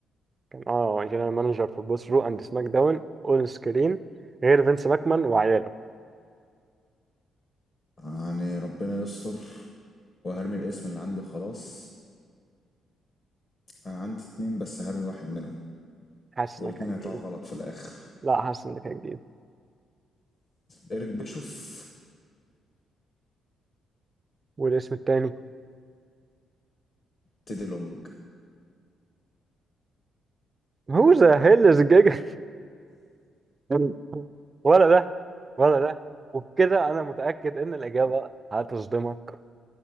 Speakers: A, on the right; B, on the left.
A: كان اه جنرال مانجر فور بوث رو اند سماك داون اون سكرين غير فينس ماكمان وعياله
B: يعني ربنا يستر وهرمي الاسم اللي عندي وخلاص انا عندي اتنين بس هرمي واحد منهم
A: حاسس
B: والاتنين
A: انك هتجيبه
B: هيطلعوا غلط في الاخر
A: لا حاسس انك هتجيبه
B: ايريك بيشوف
A: والاسم التاني
B: تيدي لونج
A: هو ذا هيل از جيجا <laughs> ولا ده ولا ده وبكده انا متاكد ان الاجابه هتصدمك